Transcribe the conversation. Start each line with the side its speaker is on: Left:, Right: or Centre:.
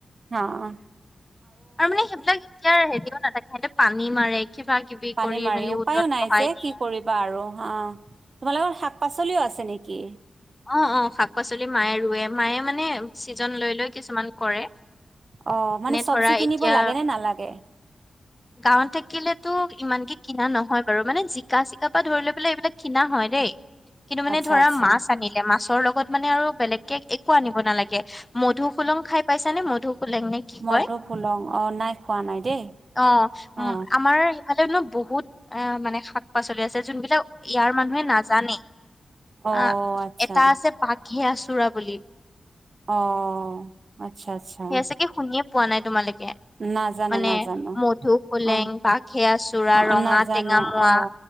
Right: অ'
Left: আৰু মানে সেইবিলাক এতিয়া হেৰিও নাথাকে। সিহঁতে পানী মাৰে কিবা কিবি
Right: পানী
Left: কৰি
Right: মাৰে
Left: মেলি
Right: উপায়ো
Left: ওজন
Right: নাই
Left: বঢ়াই
Right: যে
Left: দিয়ে।
Right: কি কৰিবা আৰু অ' তোমালোকৰ শাক-পাচলিও আছে নেকি?
Left: অ' অ' শাক-পাচলি মায়ে ৰুৱে, মায়ে মানে ছিজন লৈ লৈ কিছুমান কৰে।
Right: অ মানে চব্জি
Left: ধৰা
Right: কিনিব
Left: এতিয়া
Right: লাগে নে নালাগে?
Left: গাঁৱত থাকিলেতো ইমানকে কিনা নহয় বাৰু। মানে জিকা চিকা পৰা ধৰি লৈ পেলাই এইবিলাক কিনা হয় দেই, কিন্তু মানে
Right: আচ্ছা
Left: ধৰা
Right: আচ্ছা
Left: মাছ আনিলে মাছৰ লগত মানে আৰু বেলেগকে একো আনিব নালাগে, মধু সোলং খাই পাইছ নে মধু লেং নে কি
Right: মধু
Left: কয়,
Right: ফুলং অ নাই খোৱা নাই দেই
Left: অ উ
Right: অ
Left: আমাৰ ইফালেনো বহুত অ মানে শাক পাচলি আছে যোনবিলাক ইয়াৰ মানুহে নাজানে,
Right: অ
Left: আহ
Right: আচ্ছা
Left: এটা আছে পাকে আচোৰা বুলি।
Right: অ আচ্ছা আচ্ছা।
Left: সেয়া চাগে শুনিয়ে পোৱা নাই তোমালোকে।
Right: নাজানো
Left: মানে
Right: নাজানো
Left: মধু সোলেং,
Right: অ
Left: বাঘে আছুৰা,
Right: অ
Left: ৰঙা
Right: নাজানো
Left: টেঙা, মোৱা
Right: অ